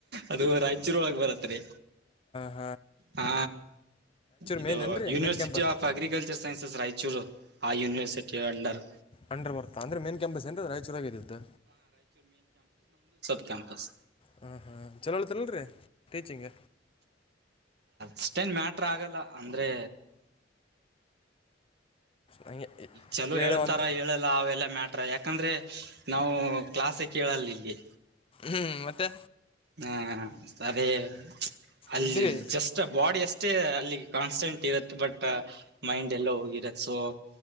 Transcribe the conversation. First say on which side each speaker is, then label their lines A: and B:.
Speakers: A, on the right; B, on the left.
A: ಅದು ರಾಯಚೂರು ಒಳಗೆ ಬರತ್ರಿ
B: ಹ
A: ಹಾ ಇದು
B: ಮೇನ್ ಏನು ರೀ
A: university
B: main campus
A: of agriculture sciences Raichur ಆ ಯೂನಿವರ್ಸಿಟಿ ಎಳ್ಳರ್
B: ಅಂಡ್ರ ಬರ್ತಾ ಅಂದ್ರೆ ಮೇನ್ ಕ್ಯಾಂಪಸ್ ಏನ ರಾಯಚೂರಾಗ್ದತ್ತು
A: ಕ ಕೆಂಪಸ್
B: ಹ್ಮ ಹಾ್ ಚಲೋ ಹಳ್ತಲ್ರರಿ ಟೀಚಿಂಗ್
A: ಅಷ್ಟೇನ್ ಮ್ಯಾಟ್ರ ಆಗಲ್ಲ ಅಂದ್ರೆ
B: ಹಂಗೆ
A: ಚಲೋ ಹೇಳ್ತಾರ
B: ಹೇಳು ಅಂತ
A: ಹೇಳಲ್ಲ ಅವೆಲ್ಲಾ ಮ್ಯಾಟ್ರ ಯಾಕ ಯಾಕಂದ್ರೆ ನಾವು ಕ್ಲಾಾಸ ಕೇಳಲ್ಲ ಇಗೆ
B: ಹ್ಮ್ ಮತ್ತೆ
A: ಹಾ ಸರಿ ಅಲ್ಲಿ
B: ಉದ್ದಿರಿ
A: ಜಸ್ಟ್ ಬಾಡಿ ಅಷ್ಟೇ ಅಲ್ಲಿ ಕಾನ್ಸ್ಟೆಂಟ್ ಇರುತ್ತೆ ಬಟ್ ಮೈಂಡ್ ಎಲ್ಲ ಹೋಗಿರತ್ತೆ ಸೊ